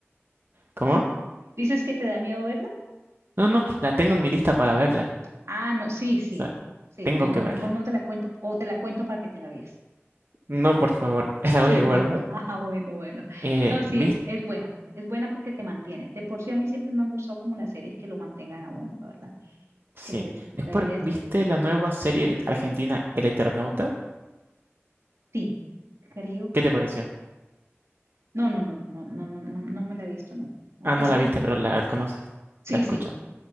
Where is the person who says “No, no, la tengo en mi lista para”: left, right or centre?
Right